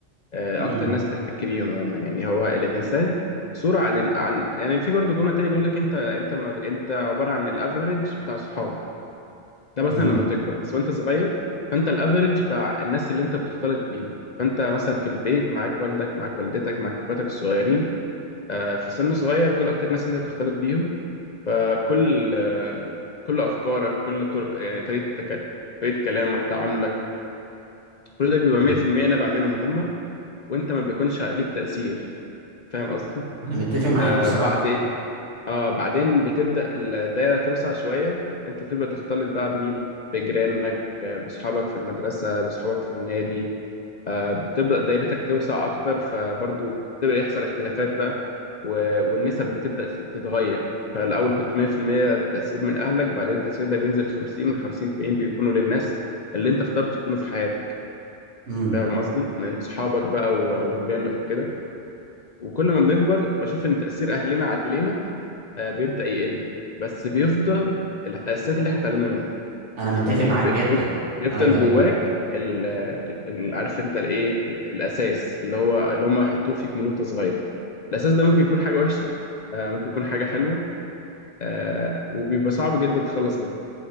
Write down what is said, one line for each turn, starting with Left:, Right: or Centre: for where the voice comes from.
Left: آه
Right: مم.
Left: اكتر ناس بتحتك بيهم عموما يعني هو الانسان صورة عن ال... عن يعني في برضو جملة تانية بيقول لك انت انت ما... انت عبارة عن الافريج بتاع صحابك ده مثلا
Right: مم.
Left: لما تكبر بس وانت صغير فانت الافريج بتاع الناس اللي انت بتختلط بيهم فانت مثلا في البيت معاك والدك معاك والدتك معاك اخواتك الصغيرين آه، في سن صغير دول اكتر ناس انت بتختلط بيهم فكل آه، كل افكارك كل طرق يعني طريقه تك- طريقه كلامك تعاملك كل ده بيبقى
Right: مم.
Left: 100% نابع منهم هم وانت ما بيكونش عليك تاثير فاهم قصدي
Right: انا متفق معاك
Left: آه
Right: بصراحة
Left: بعدين اه بعدين بتبدأ الدايرة توسع شوية انت بتبدأ تختلط بقى بمين بجيرانك آه، بصحابك في المدرسة بصحابك في النادي آه، بتبدأ دايرتك توسع اكتر فبرضو بتبدأ يحصل اختلافات بقى و- والنسب بتبدأ تت- تتغير فالأول كنت 100% تأثير من أهلك بعدين التأثير ده بينزل 50 من 50 الباقيين بيكونوا للناس اللي انت اخترت يكونوا في حياتك
Right: مم.
Left: فاهم قصدي؟ من صحابك بقى و- وجيرانك وكده وكل ما بنكبر بشوف ان تأثير أهلنا علينا آه، بيبدأ يقل بس بيفضل الأساسيات اللي احنا اتعلمنا منها
Right: انا متفق
Left: يعني
Right: معاك
Left: بي-
Right: جدا
Left: بيف- بيفضل
Right: ايوه ده
Left: جواك ال- ال- عارف انت الايه ال- الأساس اللي هو اللي هم حطوه فيك من وانت صغير الأساس ده ممكن يكون حاجة وحشة آه، ممكن يكون حاجة حلوة آه، وبيبقى صعب جدا تتخلص منه